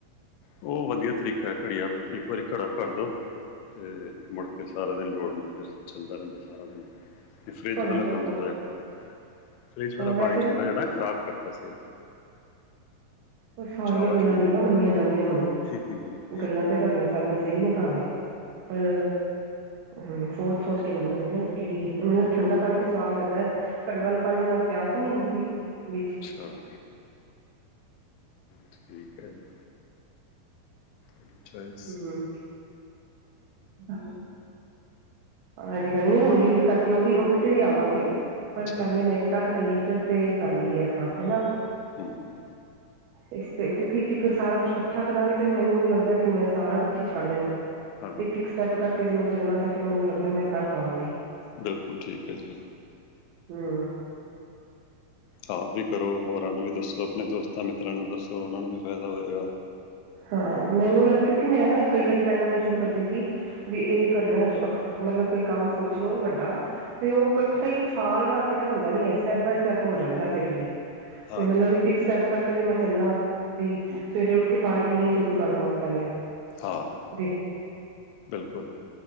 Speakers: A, on the left; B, on the right.
A: ਉਹ ਵਧੀਆ ਤਰੀਕਾ ਘੜੀਆ ਇੱਕ ਵਾਰੀ ਘੜਾ ਭਰ ਦੋ। ਅਤੇ ਮੁੜਕੇ ਕੇ ਸਾਰਾ ਦਿਨ ਲੋੜ ਨਹੀਂ ਫਿਰ ਚੱਲਦਾ ਰਹਿੰਦਾ ਸਾਰਾ ਦਿਨ ਤੇ ਫਰਿੱਜ
B: ਘੜੇ
A: ਵਾਲਾ
B: ਚੋਖੋ
A: ਕੰਮ ਥੋੜ੍ਹਾ ਜਿਹਾ ਖਰਾਬ ਹੈ, ਫਰਿੱਜ ਵਾਲਾ
B: ਹਾਂ ਵੈਸੇ
A: ਪਾਣੀ
B: ਤਾਂ
A: ਠੰਡਾ ਜਿਹੜਾ ਖਰਾਬ ਕਰਦਾ ਸਿਹਤ ਨੂੰ
B: ਉਹ ਸਾਰੀਆਂ
A: ਜ਼ਿਆਦਾ
B: ਗੱਲਾਂ
A: ਠੰਡਾ
B: ਨੀ ਨਾ ਮੰਨੀਆਂ ਜਾਂਦੀਆਂ ਹੁਣ,
A: ਹਾਂ
B: ਗੱਲਾਂ ਤੇ ਤੁਹਾਡੀਆਂ ਸਾਰੀਆਂ ਸਹੀ ਨੇ ਭਾਵੇਂ। ਪਰ, ਅਮ, ਸੋਚ-ਸੋਚ ਕੇ ਮੰਨਾਗੇ ਨਾ ਕਿ ਕਿਹੜੀ ਮੈਂਨੂੰ
A: ਉਹ
B: ਠੰਡਾ
A: ਤਾਂ
B: ਪਾਣੀ ਕੇ ਸਵਾਦ ਲੱਗਦਾ ਘੜੇ ਵਾਲੀ ਪਾਣੀ ਨਾਲ ਪਿਆਸ ਹੀ ਨੀ ਬੁਜਦੀ ਵੀਰ ਜੀ।
A: ਅੱਛਾ ਠੀਕ ਹੈ ਜੀ। ਅੱਛਾ ਜੀ।
B: ਹਮ ਹਾਂ ਐਂਵੇ ਗੱਲ ਨੀ ਹੌਲੀ-ਹੌਲੀ ਕਰਕੇ ਉਹ ਵੀ ਉਹਦੇ ਤੇ ਵੀ ਆਵਾਂਗੇ ਪਰ
A: ਅੱਛਾ
B: ਪਹਿਲੇ
A: ਜੀ
B: ਮੈਂ ਚੱਲ ਅ ਲੀਟਰ ਤੇ ਕਰ ਲਈਏ ਆਪਾ ਹਨਾ।
A: ਹੂੰ-ਹੂੰ
B: ਇਸ ਤੇ ਕਿਉਂਕਿ ਇੱਕ-ਇੱਕ ਸਾਰਾ ਕੁਛ ਕੱਠਾ ਕਰਾਂਗੇ ਫਿਰ ਮੈਨੂੰ ਨਹੀਂ ਲੱਗਦਾ ਕਿ ਮਸ ਸਾਰਾ ਕੁੱਛ ਹੀ ਛੱਡ ਦੇਣਾ,
A: ਹਾਂ
B: ਇੱਕ-ਇੱਕ ਸਟੈਪ ਕਰਕੇ ਜੇ ਮੈਂ ਚੱਲਣਾ ਤਾਂ ਫਿਰ ਮੈਨੂੰ ਲੱਗਦਾ ਮੈਂ ਕਰ ਪਾਵਾਂਗੀ।
A: ਬਿਲਕੁਲ ਠੀਕ ਹੈ ਜੀ।
B: ਹਮ
A: ਆਪ ਵੀ ਕਰੋ ਹੋਰਾਂ ਨੂੰ ਵੀ ਦੱਸੋ ਆਪਣੇ ਦੋਸਤਾਂ ਮਿੱਤਰਾਂ ਨੂੰ ਦੱਸੋ ਉਹਨਾਂ ਨੂੰ ਵੀ ਫਾਇਦਾ ਹੋਏਗਾ
B: ਹਾਂ ਮੈਨੂੰ ਲੱਗ ਕਿਉਂਕਿ ਮੈਂ ਨਾ ਕਈ ਵਾਰੀ ਕਰਨਾ ਮੈਂ ਸ਼ੁਰੂ ਕਰਦੀ ਸੀ ਵੀ ਇਹ ਕਰਨਾ ਮਤਲਬ ਕੋਈ ਕੰਮ ਸੋਚ ਲੋੋ ਵੱਡਾ ਤੇ ਉਹ ਕੱਠਾ ਹੀ ਛਾਲ ਮਾਰ ਕੇ ਤਾਂ ਹੁੰਦਾ ਨੀ ਹੈ। ਸਟੈਪ ਬਾਏ ਸਟੈਪ ਹੋ
A: ਹੂੰ,
B: ਜਾਂਦਾ ਫਿਰ ਵੀ,
A: ਹਾਂ
B: ਤੇ ਮਤਲਬ
A: ਜੀ
B: ਇੱਕ-ਇੱਕ
A: ਹਾਂ
B: ਸਟੈਪ
A: ਬਿਲਕੁਲ
B: ਕਰਕੇ ਜੇ ਮੈਂ ਚੱਲਣਾ ਬੀ
A: ਹੂੰ,
B: ਸਵੇਰੇ ਉੱਠ ਕੇ ਪਾਣੀ ਪੀਣਾ ਹੀ ਸ਼ੁਰੂ ਕਰ ਦਵਾਂ ਪਹਿਲੇ
A: ਹਾਂ
B: ਦੇ
A: ਬਿਲਕੁਲ।